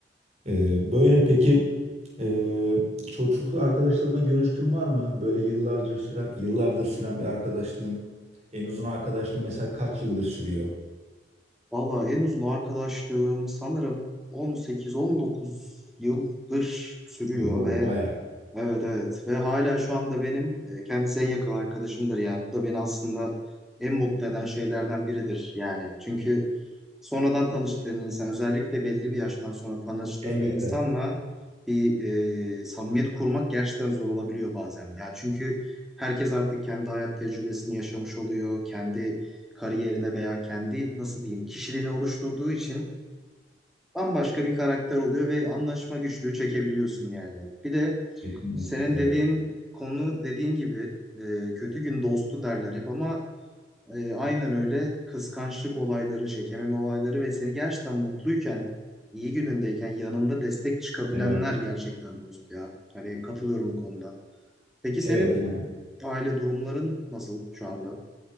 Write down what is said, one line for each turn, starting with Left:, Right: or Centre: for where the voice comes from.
Right: Ee, böyle peki e, çocukluk arkadaşlarınla görüştüğün var mı? Böyle yıllardır süren, yıllardır süren bir arkadaşlığın, en uzun arkadaşlığın mesela kaç yıldır sürüyor?
Centre: Valla en uzun arkadaşlığım sanırım 18-19 yıldır sürüyor
Right: Bu
Centre: ve
Right: bayağı.
Centre: Evet evet ve hala şu anda benim e, kendisi en yakın arkadaşımdır yani. Bu da beni aslında en mutlu eden şeylerden biridir yani. Çünkü sonradan tanıştığın insan özellikle belli bir yaştan sonra tanıştığın
Right: Elbette.
Centre: bir insanla bir e, samimiyet kurmak gerçekten zor olabiliyor bazen. Ya çünkü herkes artık kendi hayat tecrübesini yaşamış oluyor. Kendi kariyerine veya kendi nasıl diyeyim kişiliğini oluşturduğu için bambaşka bir karakter oluyor ve anlaşma güçlüğü çekebiliyorsun yani. Bir de
Right: Kesinlikle
Centre: senin
Right: evet.
Centre: dediğin konu dediğin gibi e, kötü gün dostu derler hep ama e, aynen öyle kıskançlık olayları, çekememe olayları ve seni gerçekten mutluyken, iyi günündeyken yanında destek çıkabilenler
Right: Evet.
Centre: gerçekten dost ya. Hani katılıyorum bu konuda. Peki senin
Right: Evet yani.
Centre: aile durumların nasıl şu anda?